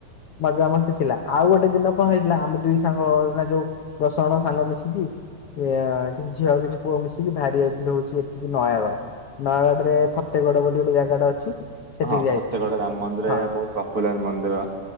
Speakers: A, on the left; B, on the right.
A: ମଜା ମସ୍ତି ଥିଲା। ଆଉ ଗୋଟେ ଦିନ କଣ ହେଇଥିଲା ଆମେ ଦୁଇ ସାଙ୍ଗ ଓ ନା ଯୋଉ ଦଶ ଜଣ ସାଙ୍ଗ ମିଶିକି କିଛି ଝିଅ କିଛି ପୁଅ ମିଶିକି ବାହାରି ଯାଇଥିଲୁ ହଉଛି ଏଠିକି ନୟାଗଡ଼, ନୟାଗଡ଼ ଆମର ଫତେଗଡ ବୋଲି ଗୋଟେ ଜାଗାଟା ଅଛି। ସେଠିକି
B: ହଁ
A: ଯାଇଥିଲୁ
B: ଫତେଗଡ ରାମ ମନ୍ଦିର
A: ହଁ
B: ଏହା ବହୁତ ପପୁଲାର ମନ୍ଦିର